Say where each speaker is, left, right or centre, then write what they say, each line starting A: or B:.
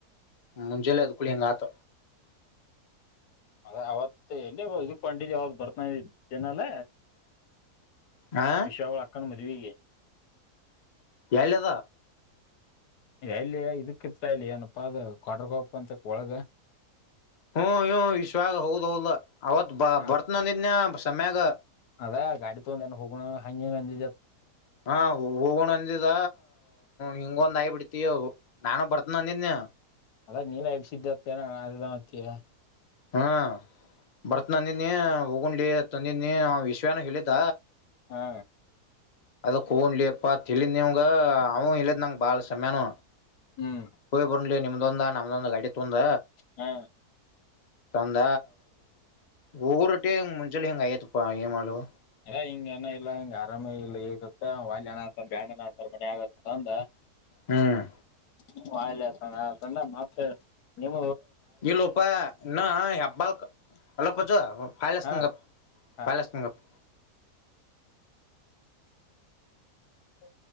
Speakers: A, on the left; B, on the left.
A: ಮುಂಜಾಲೆ ಅದ್ಕಳಿ ಹಂಗ ಆತ
B: ಅದ ಅವತ್ತ ಎಲ್ಲಿ ಇದ ಕ್ವಾಂಟಿಟಿ ಯಾವಾಗ ಬರ್ತಾನ ಜನಲ್ಲ
A: ಹ
B: ವಿಷಾವಳ ಅಕ್ಕನ್ ಮದುವೆಗೆ
A: ಎದ
B: ಎಲ್ಲಿ ಇದಕ್ಕಿ ಇತ್ತ ಇಲ್ಲಿ ಏನಪ್ಪಾ ಅದು ಕೊಡ್ರಗೋಪ ಅಂತಕ್ ಒಳಗ
A: ಹ್ಮ ಹ ವಿಶ್ವ ಹೌದ್ ಹೌದ ಅವತ್ ಬ
B: ಹಾ.
A: ಬರ್ತನಂದಿದನ್ಯ ಸಮ್ಯಾಗ
B: ಅದ ಗಾಡಿ ತೊಂದಏ ಹೋಗೋಣ ಹಂಗೆ ಅಂದ
A: ಹಾ ಹೋಗಣಂದ ಿದ ಹಿಂಗೊಂದ್ ಆಾಯಿ ಬಿಡ್ತಿ ನಾನು ಬರ್ತನ ಅಂದಿದ್ನಿ
B: ಅದ ನೀವ ಎಬ್ಸಿದ್ದತ್ತನ ಅ ಮತ್ತ
A: ಹಾ ಬರತ್ ನಂದಿನಿ ಹೋಗೊಂಡಿ ತಂದಿನಿ ವಿಶ್ವನ ಹೇಳಿದ
B: ಹಾ
A: ಅದ ಕನ್್ಲಿ ಅಪ್ಪಾ ತಿಳಿದ್ ನಿವ್ಗ ಅವ ಇಿದ್ ನಂಗ ಬಾಳ ಸಮಯಾನ
B: ಹ್ಮ್
A: ಹಯ್ ಬರ್ಲಿ ನಿಮ್ದೊಂದ ನಮ್ದೊಂದ ಗಾಡಿ ತುಂದ
B: ಹಾ
A: ತಂದ ಹೂರುೊಟ್ಟಿ ಮುಂಚೆಲ್ಲ ಹೆಿಂಗ್ ಆಯತ್ಪ್ಪ ಏ ಮಾಡಲ್
B: ಹಿಂಗಏನ ಇಲ್ಲ ಹಂಗ ಆರಾಮ ಇಲ್ಲ ಇಗತ್ತ ವಲ್ಯನ ಆತಾರ ಬ್ಯಾಡಣ್ಣ ಆತಾರ ಮಿ ಆಗ ಅಂದ
A: ಹ್ಮ್
B: ಹ್ಮೂ ಆ್ಲಣಕೊಂಡ ಮತ್ತೆ ನಿಮ
A: ಇಲ್ಲೋಪ ಇ ಹಬ್ಬಲ್ ಅಲಪ್ಪಚೋ ೈಲಷ್ಟತಂಗಪ್ಪ
B: ಹಾ ಹಾ
A: ಫಲ್ಷ್ಟತಂಗಪ್ಪ
B: ಹ